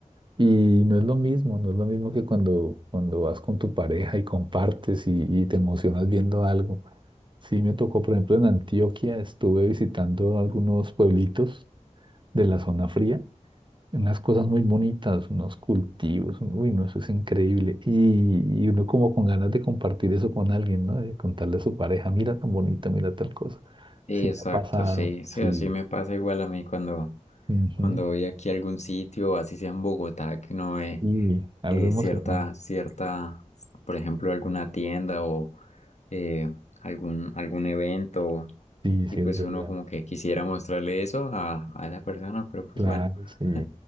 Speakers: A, on the right (about 40°); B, on the left (about 60°).
A: y no es lo mismo, no es lo mismo que cuando, cuando vas con tu pareja y compartes y, y te emocionas viendo algo. Sí, me tocó, por ejemplo, en Antioquia, estuve visitando algunos pueblitos de la zona fría. Unas cosas muy bonitas, unos cultivos, un- uy, no, eso es increíble. Y, y uno como con ganas de compartir eso con alguien, ¿no? De contarle a su pareja, mira tan bonita, mira tal cosa.
B: Sí,
A: Sí,
B: exacto,
A: me ha pasado,
B: sí, sí,
A: sí.
B: así me pasa igual a mí cuando,
A: ujú,
B: cuando voy aquí a algún sitio, así sea en Bogotá, que uno ve
A: Y algo
B: eh,
A: emocionante,
B: cierta, cierta, por ejemplo, alguna tienda o eh, algún, algún evento,
A: sí, sí,
B: y pues
A: es verdad.
B: uno como que quisiera mostrarle eso a, a la persona, pero pues
A: Claro,
B: bueno,
A: sí.
B: <laughs>